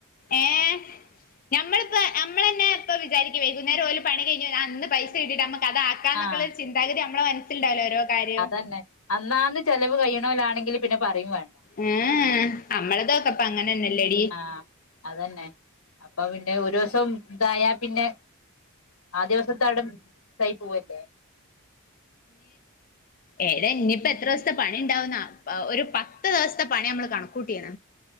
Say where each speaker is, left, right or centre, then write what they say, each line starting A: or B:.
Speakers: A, on the left (about 40°); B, on the left (about 65°).
A: ഏഹ ഞമ്മളിപ്പ നമ്മളന്നെ ഇപ്പ വിചാരിക്കും വൈകുന്നേം ഒരുല പണിഴിഞ്ഞഞ് അന്ന് പൈ കിട്ട് നമ്മക്ക് അതാക്കാന്നൊക്കെള്ള
B: ആഹ
A: ചിന്താഗതി നമ്മളെ മനസ്സിലുണ്ടാവല്ലോ ഓരോ കാര്യവും
B: അതന്നെ അന്നാന്ന് ചെിലവ് കഴ ാണെങ്കിൽ പിന്നെ പറയും വേണം
A: ആ നമ്മളതോക്കെപ്പ അങ്ങനെന്നല്ലേ
B: ആഹ അതന്നെ അപ്പൊ പിന്നെ ഒരു ദിവസം ഇതായാ പിന്നെ ആ ദിവസത്തെ അവിടെൈ പോവല്ലേ
A: ഏതാ ഇനിയിപ്പോ എത്ര ദിവസത്തെ പണിണ്ടാവുന്ന ഒരു പത്ത് ദിവസത്തെ പണി നമ്മള് കണക്കൂട്ടിയണ